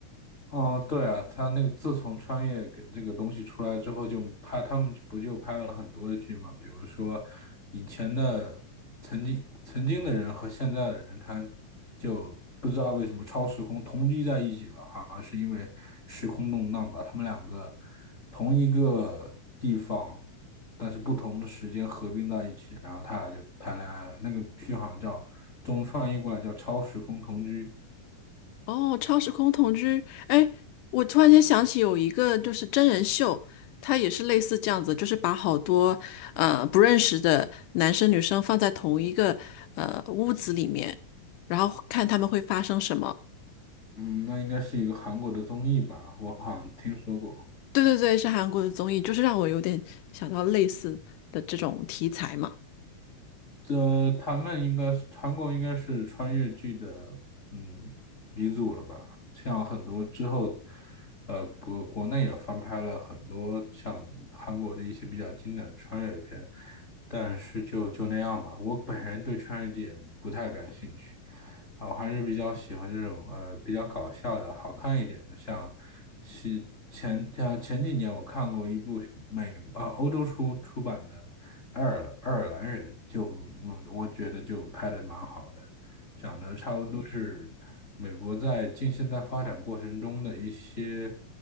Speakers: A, on the left; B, on the left.
A: 哦，对啊，他那个自从穿越给这个东西出来之后，就拍他们不就拍了很多的剧嘛？比如说以前的曾经曾经的人和现在的人，他就不知道为什么超时空同居在一起了，好像是因为时空动荡把他们两个同一个地方，但是不同的时间合并在一起，然后他俩就谈恋爱了。那个剧好像叫中文翻译过来叫《超时空同居》。
B: 哦，超时空同居，哎，我突然间想起有一个就是真人秀，它也是类似这样子，就是把好多呃不认识的男生女生放在同一个呃屋子里面，然后看他们会发生什么。
A: 嗯，那应该是一个韩国的综艺吧，我好像听说过。
B: 对对对，是韩国的综艺，就是让我有点想到类似的这种题材嘛。
A: 这他们应该是韩国应该是穿越剧的嗯鼻祖了吧？像很多之后，呃，国国内也翻拍了很多像韩国的一些比较经典的穿越片，但是就就那样吧。我本人对穿越剧也不太感兴趣，啊，我还是比较喜欢这种呃比较搞笑的、好看一点的，像是前像前几年我看过一部美呃欧洲出出版的。爱尔兰爱尔兰人，就嗯我觉得就拍的蛮好的，讲的差不多是美国在近现代发展过程中的一些